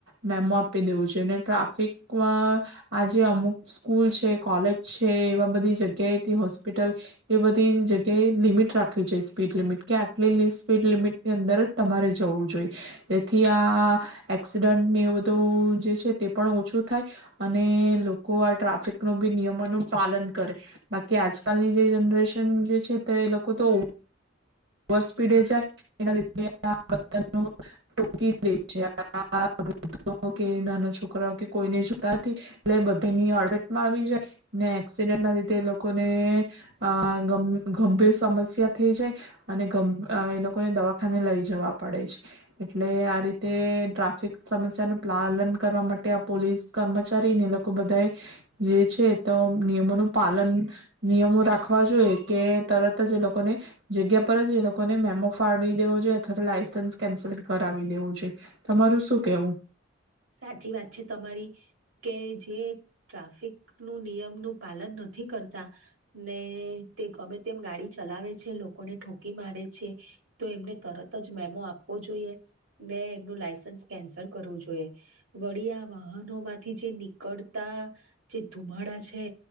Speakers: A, on the right; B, on the right.
A: મેમો આપી દેવું જોઈ, અને ટ્રાફિકમાં આજે અમુક સ્કૂલ છે, કોલેજ છે એવા બધી જગ્યાએથી હોસ્પિટલ એ બધી જગ્યાએ લિમિટ રાખવી જોઈ સ્પીડ લિમિટ, કે આટલી લી સ્પીડ લિમિટની અંદર જ તમારે જવું જોઈ. જેથી આ એક્સિડન્ટની એ બધું જે છે તે પણ ઓછું થાય અને લોકો આ ટ્રાફિક નું બી નિયમોનું પાલન કરે. બાકી આજકાલની જે જનરેશન જે છે તે એ લોકો તો ઓવર સ્પીડે જાય એના લીધે આ <unintelligible> ઠોકી જ દે છે. <unintelligible> કે નાના છોકરાઓ કે કોઈને જોતા નથી એટલે બધાયની અડટ માં આવી જાય ને એક્સિડેન્ટ ના લીધે એ લોકોને અહ ગં ગંભીર સમસ્યા થઈ જાય. અને ગં અહ એ લોકોને દવાખાને લઈ જવા પડે છે. એટલે આ રીતે ટ્રાફિક સમસ્યા નું પાલન કરવા માટે આ પોલીસ કર્મચારીને એ લોકો બધા જે છે તો નિયમોનું પાલન નિયમો રાખવા જોઈએ, કે તરત જ એ લોકોને જગ્યા ઉપર જ એ લોકોને મેમો ફાડવી દેવો જોઈ અથવા તો લાયસન્સ કેન્સલ કરાવી દેવું જોઈ. તમારું શું કેવું?
B: સાચી વાત છે તમારી, કે જે ટ્રાફિક નું નિયમનું પાલન નથી કરતા ને તે ગમે તેમ ગાડી ચલાવે છે, લોકોને ઠોકી મારે છે, તો એમને તરત જ મેમો આપવો જોઈએ, ને એમનું લાયસન્સ કેન્સલ કરવું જોઈએ. વળી આ વાહનો માંથી જે નીકળતા જે ધુમાડા છે